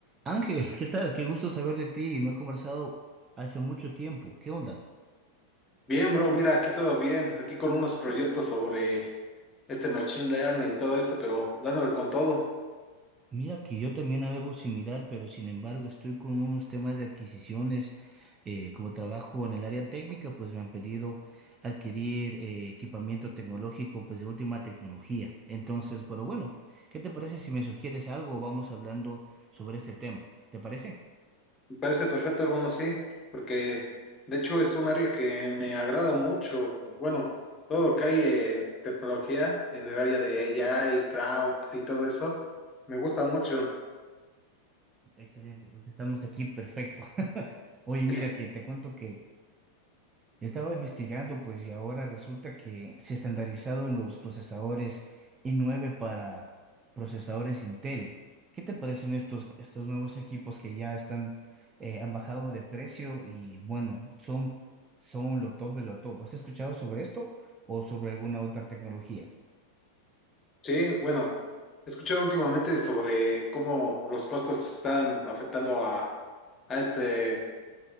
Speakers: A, on the right; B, on the left.
A: Ángel, ¿qué tal? Qué gusto saber de ti. No he conversado hace mucho tiempo. ¿Qué onda?
B: Bien, bro, mira, aquí todo bien, aquí con unos proyectos sobre este machine learning y todo esto, pero dándole con todo.
A: Mira que yo también algo similar, pero sin embargo estoy con unos temas de adquisiciones. Eh, como trabajo en el área técnica, pues me han pedido adquirir eh, equipamiento tecnológico, pues de última tecnología. Entonces, pero bueno, ¿qué te parece si me sugieres algo vamos hablando sobre este tema? ¿Te parece?
B: Me parece perfecto, hermano, sí, porque de hecho es un área que me agrada mucho. Bueno, todo lo que hay en tecnología en el área de AI, crowd y todo eso, me gusta mucho.
A: Excelente, pues estamos aquí, perfecto. <laughs> Oye, mira
B: Eh,
A: que te cuento que... Estaba investigando, pues, y ahora resulta que se estandarizaron los procesadores i9 para procesadores Intel. ¿Qué te parecen estos, estos nuevos equipos que ya están, eh, han bajado de precio y, bueno, son, son lo top de lo top? ¿Has escuchado sobre esto o sobre alguna otra tecnología?
B: Sí, bueno, he escuchado últimamente sobre cómo los costos están afectando a, a este.